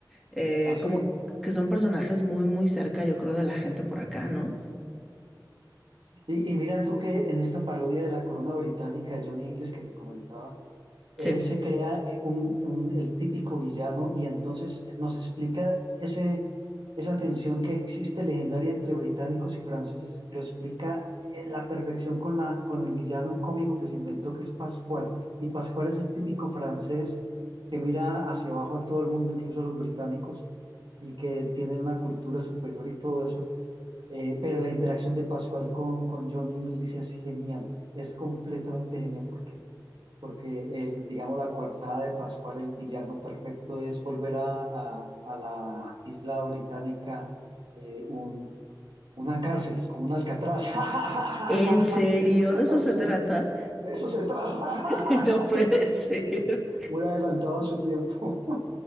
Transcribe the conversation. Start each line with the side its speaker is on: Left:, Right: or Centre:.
Centre: eh,
Right: <laughs> Así.
Centre: como que son personajes muy, muy cerca, yo creo, de la gente por acá, ¿no?
Right: Y, y mira tú que en esta parodia de la corona británica de Johnny English que te comentaba, él
Centre: Sí.
Right: se crea eh, un- un- el típico villano y entonces nos explica ese, esa tensión que existe legendaria entre británicos y franceses, lo explica en la perfección con, la, con el villano cómico que se inventó, que es Pascual. Y Pascual es el típico francés que mira hacia abajo a todo el mundo, incluso a los británicos, y que tiene una cultura superior y todo eso. Eh, pero la interacción de Pascual con, con Johnny English es genial, es completamente genial porque, porque el, digamos, la coartada de Pascual, el villano perfecto, es volver a, a- a la isla británica eh, un- una cárcel, como un Alcatraz. <laughs>
Centre: ¿En serio? ¿De eso se
Right: Sí,
Centre: trata?
Right: de eso se trata.
Centre: <laughs> No puede ser.
Right: <laughs> Muy adelantado a su tiempo,